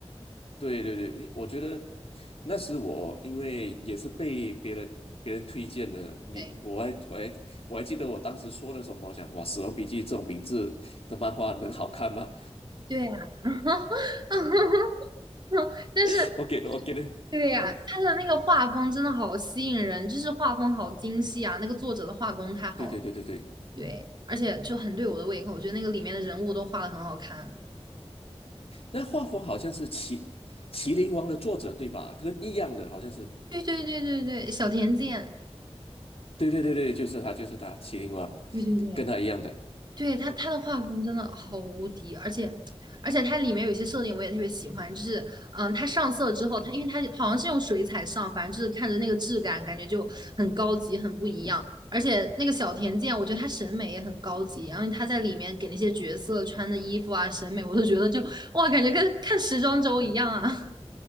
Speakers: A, on the left; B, on the right.
A: 对对对，我觉得那时我因为也是被别人别人推荐的，你我还我还我还记得我当时说的什么，
B: 对
A: 讲哇《死亡笔记》这种名字的漫画能好看吗？
B: 对呀，<laughs> 但是
A: <laughs> 我给我给的，
B: 对呀，
A: 嗯哼
B: 它的那个画风真的好吸引人，就是画风好精细啊，那个作者的画工太好了，
A: 对对对对对，
B: 对，而且就很对我的胃口，我觉得那个里面的人物都画的很好看。
A: 那画风好像是麒麒麟王的作者对吧？跟一样的，好像是，
B: 对对对对对，小田健，
A: 对对对对，就是他就是他麒麟王，
B: 对对对。
A: 跟他一样的，
B: 对他，他的画风真的好无敌，而且而且它里面有一些设定我也特别喜欢，就是嗯，他上色之后，他因为他好像是用水彩上，反正就是看着那个质感，感觉就很高级，很不一样。
A: 嗯
B: 而且那个小田健，我觉得他审美也很高级，然后他在里面给那些角色穿的衣服啊，审美我都觉得就哇，感觉跟看时装周一样啊。